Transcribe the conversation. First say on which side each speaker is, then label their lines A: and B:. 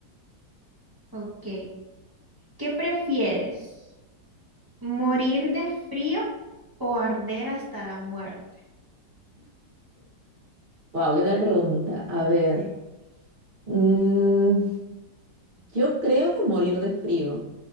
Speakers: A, on the right (about 25°); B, on the right (about 40°).
A: Ok, ¿qué prefieres? ¿Morir de frío o arder hasta la muerte?
B: Wow, ¿qué tal pregunta? A ver. mm, yo creo que morir de frío.